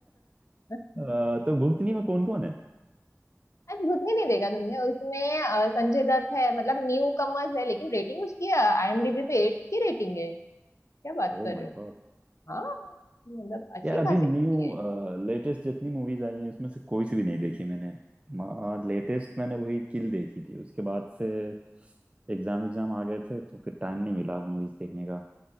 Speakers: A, on the left; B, on the right.
A: <laughs>
B: अ, तो भूतनी में कौन कौन है
A: आज भूतनी नहीं देखा तुमने उसमें अ, संजय दत्त है मतलब न्यू कमर्स है लेकिन रेटिंग उसकी आईएमडीबी पे एट की रेटिंग है क्या बात
B: Oh
A: कर
B: my
A: रहे हो
B: god
A: हाँ मतलब अच्छी
B: यार अभी
A: खासी
B: न्यू
A: मूवी है
B: लेटेस्ट जितनी मूवीज आई हैं इसमें से कोई सी भी नहीं देखी मैंने लेटेस्ट मैंने वही किल देखी थी उसके बाद से एग्जाम एग्जाम आ गए थे तो फिर टाइम नहीं मिला मूवीज देखने का